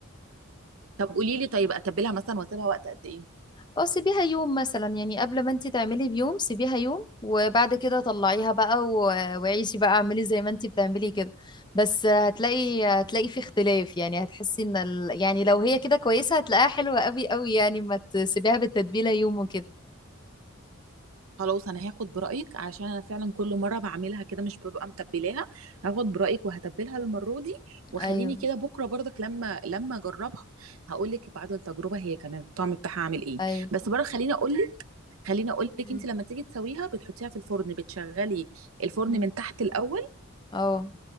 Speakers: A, on the right; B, on the left.
A: طب قولي لي طيب اتبلها مثلا واسيبها وقت قد ايه
B: اه سيبيها يوم مثلا يعني قبل ما انت تعملي بيوم سيبيها يوم وبعد كده طلعيها بقى و... وعيشي بقى اعملي زي ما انت بتعملي كده بس هتلاقي هتلاقي في اختلاف يعني هتحسي ان ال... يعني لو هي كده كويسة هتلاقيها حلوة قوي قوي يعني ما تسيبيها بالتتبيلة يوم وكده
A: خلاص انا هاخد برايك عشان انا فعلا كل مره بعملها كده مش ببقى متبلاها هاخد برايك وهتبلها المره دي وخليني
B: ايوه
A: كده بكره برضك لما لما اجربها هقول لك بعد التجربه هي كانت الطعم بتاعها عامل ايه
B: ايوه
A: بس بره خليني اقول خليني اقول لك
B: م-
A: انت لما تيجي تسويها بتحطيها في الفرن بتشغلي الفرن
B: م.
A: من تحت الاول
B: اه